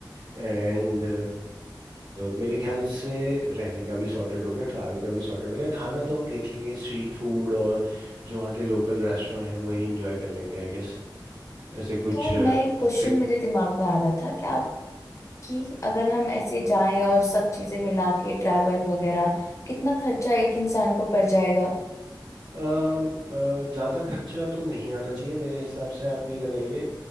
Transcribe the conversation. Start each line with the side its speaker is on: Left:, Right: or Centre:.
Right: एंड मेरे ख्याल से रहने का भी सॉर्टेड हो गया ट्रैवल का भी सॉर्टेड हो गया खाना तो हम देख लेंगे स्ट्रीट फूड और जो वहाँ के लोकल रेस्टोरेंट हैं वही इंजॉय कर लेंगे आई गेस ऐसे कुछ
Left: तो मैं एक क्वेश्चन
Right: फिक
Left: मेरे दिमाग में आ रहा था कि आपकी अगर हम ऐसे जाएं और सब चीजें मिला के ट्रैवल वगैरह कितना खर्चा एक इंसान को पड़ जाएगा
Right: ज़्यादा खर्चा तो नहीं आना चाहिए मेरे हिसाब से आप ये लगाइए